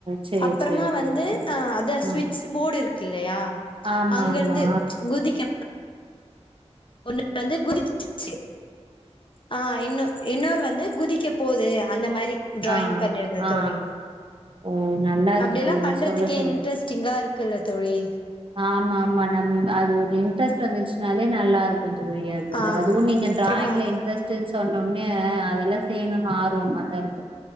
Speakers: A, on the right; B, on the left.
A: சேரி
B: அப்பறமா
A: சேரி
B: வந்து
A: தோழி
B: ஆ அத ஸ்விட்சு
A: ம்
B: போடு இருக்கு இல்லையா
A: ஆமா
B: அங்கருந்து
A: ஆமா
B: குதிக்கு ஒன்னு வந்து குதிசிச்சி ஆ இன்னு இன்னொரு வந்து குதிக்க போது அந்த மாரி ட்ராயிங்
A: ஆ
B: பண்ணிருந்த
A: ஆ
B: தோழி
A: ஓ நல்லா இருக்கு
B: அப்டியெல்லா
A: தோழி
B: பண்றதுக்கே
A: சொல்ல சொல்ல
B: இன்ட்ரஸ்டிங்கா இருக்குல்ல தோழி
A: ஆம்மா ஆம்மா நம் அது ஒரு இன்ட்ரெஸ்ட் வந்துச்சுனாலே நல்லாருக் கொஞ்ச முயாது
B: ஆ
A: எதாவு நீங்க
B: அப்புறமா
A: ட்ராயிங்ல ட்ரெஸ்டுன்னு சொன்னோனயே அதெல்லா செய்யணுன் ஆர்வமாதா இருக்கூ